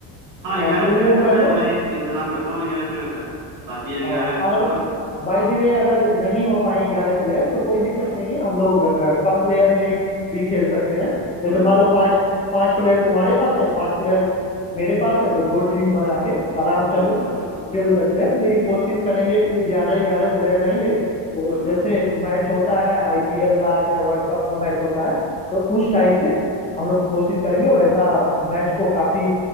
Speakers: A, on the right; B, on the left.
A: हाँ
B: हाँ
A: ग्यारह
B: तुम
A: प्लेयर
B: वो
A: का
B: कर
A: मैं
B: लो
A: मैं इंतजाम करता हूँ ग्यारह प्लेयर का बाकी
B: हाँ
A: ग्यारह का
B: अगर
A: तुम करो
B: बाय
A: हाँ
B: द वे अगर नहीं हो पाए ग्यारह प्लेयर तो कोई दिक्कत
A: हम्म
B: नहीं है हम लोग अ, कम प्लेयर में ही भी खेल सकते हैं जैसे
A: हम्म
B: मान लो पांच पांच प्लेयर तुम्हारे पास हैं पांच प्लेयर मेरे पास हैं तो दो टीम बना के आराम से
A: हम्म
B: हम लोग
A: हम्म हम्म
B: खेल
A: हम्म
B: सकते हैं लेकिन कोशिश
A: हम्म हम्म,
B: करेंगे कि ग्यारह ग्यारह प्लेयर रहेंगे तो
A: हम्म,
B: जैसे मैच होता है आईपीएल का चाहे वर्ल्ड कप का मैच होता है तो उस टाइप से हम लोग
A: हम्म,
B: कोशिश करेंगे वैसा मैच को काफी